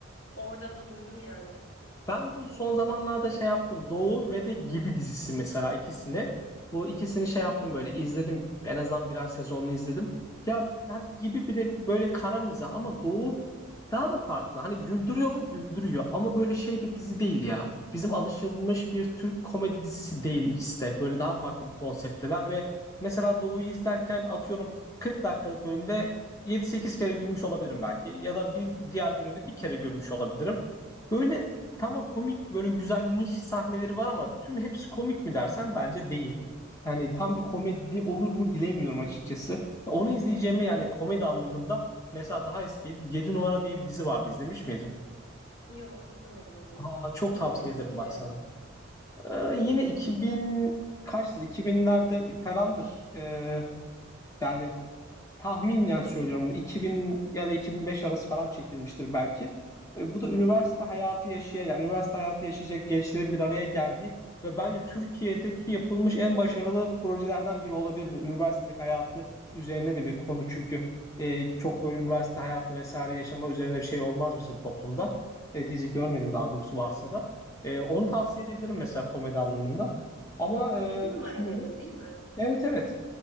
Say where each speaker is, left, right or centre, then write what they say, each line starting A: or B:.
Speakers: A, on the left (about 70°); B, on the left (about 15°).
A: Orada da duydum yani.
B: Ben bu son zamanlarda şey yaptım. Doğu ve de Gibi dizisi mesela ikisini. Bu ikisini şey yaptım böyle izledim. En azından birer sezonunu izledim. Ya hadi Gibi bile böyle kara mizah ama Doğu daha da farklı. Hani güldürüyor mu? Güldürüyor. Ama böyle şey bir dizi değil ya. Bizim alışılmış bir Türk komedi dizisi değil ikisi de. Böyle daha farklı bir konseptteler ve mesela Doğu'yu izlerken atıyorum 40 dakikalık bölümde yedi sekiz kere gülmüş olabilirim belki. Ya da bir diğer bölümde bir kere gülmüş olabilirim. Böyle tamam komik böyle güzel niş sahneleri var ama tüm hepsi komik mi dersen bence değil. Yani tam bir komedi olur mu bilemiyorum açıkçası. Ya Onu izleyeceğimi yani komedi anlamında mesela daha eski yedi numara diye bir dizi vardı izlemiş miydin?
A: Yok izlemedim onu.
B: Aa, çok
A: Çok
B: tavsiye
A: mu eski?
B: ederim bak sana. Ee, yine 2000 kaçtır 2000'lerde falandır. Ee, yani k- tahminen söylüyorum bunu 2000 ya da 2005 arası falan çekilmiştir belki. E, bu da üniversite hayatı yaşayan, yani üniversite hayatı yaşayacak gençlerin bir araya geldiği ve bence Türkiye'deki yapılmış en başarılı projelerden biri olabilir bu. Üniversitelik hayatı üzerine de bir konu çünkü e, çok böyle üniversite hayatı vesaire yaşama üzerine bir şey olmaz bizim toplumda. E, dizi görmedim daha doğrusu varsa da. E, onu tavsiye edebilirim mesela komedi anlamında. Ama
A: Yedi
B: e,
A: numara
B: düşünüyorum.
A: dedin değil mi?
B: Evet evet.